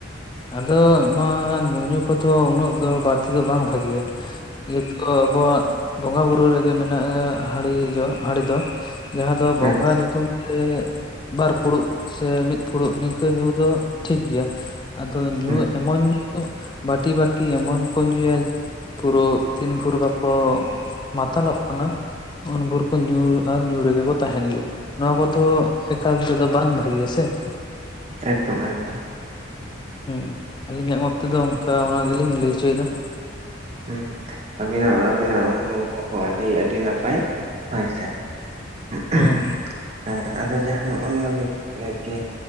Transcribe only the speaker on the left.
ᱟᱫᱚ ᱱᱚᱣᱟ ᱧᱩ ᱧᱩ ᱠᱚ ᱫᱚ ᱩᱱᱟᱹᱜ ᱫᱚ ᱵᱟᱲᱛᱤ ᱫᱚ ᱵᱟᱝ ᱵᱷᱟᱜᱮᱭᱟ ᱾ <unintelligible> ᱟᱵᱚᱣᱟᱜ ᱵᱚᱸᱜᱟ ᱵᱩᱨᱩ ᱨᱮᱜᱮ ᱢᱮᱱᱟᱜᱼᱟ, ᱦᱟᱺᱲᱤ ᱫᱚ ᱦᱟᱺᱲᱤ ᱫᱚ ᱡᱟᱦᱟᱸ ᱫᱚ ᱵᱚᱸᱜᱟ
ᱧᱩᱛᱩᱢ ᱛᱮ ᱵᱟᱨ ᱯᱷᱩᱲᱩᱜ ᱥᱮ ᱢᱤᱫ ᱯᱷᱩᱲᱩᱜ ᱱᱤᱝᱠᱟᱹ ᱧᱩ ᱫᱚ ᱴᱷᱤᱠ ᱜᱮᱭᱟ ᱾ ᱟᱫᱚ ᱧᱩ
ᱮᱢᱚᱱ ᱧᱩ ᱵᱟᱹᱴᱤ, ᱵᱟᱹᱴᱤ ᱮᱢᱚᱱ ᱠᱚ ᱧᱩᱭᱟ ᱯᱩᱨᱟᱹ ᱛᱤᱱ ᱵᱷᱩᱨ ᱵᱟᱠᱚ ᱢᱟᱛᱟᱞᱚᱜ ᱠᱟᱱᱟ, ᱩᱱ ᱵᱷᱩᱨ ᱠᱚ ᱧᱩ ᱟᱨ ᱧᱩ ᱨᱮᱜᱮ ᱠᱚ ᱛᱟᱦᱮᱱ ᱜᱮᱭᱟ ᱾ ᱱᱚᱣᱟ ᱠᱚᱫᱚ ᱮᱠᱟᱞ ᱛᱮᱫᱚ ᱵᱟᱝ ᱵᱷᱟᱜᱮᱭᱟ ᱥᱮ ᱾
ᱦᱩᱸ ᱟᱹᱞᱤᱧᱟᱜ ᱢᱚᱛ ᱛᱮᱫᱚ ᱚᱱᱠᱟ ᱚᱱᱟ ᱜᱮᱞᱤᱧ ᱞᱟᱹᱭ ᱦᱚᱪᱚᱭᱫᱟ ᱾
ᱦᱩᱸ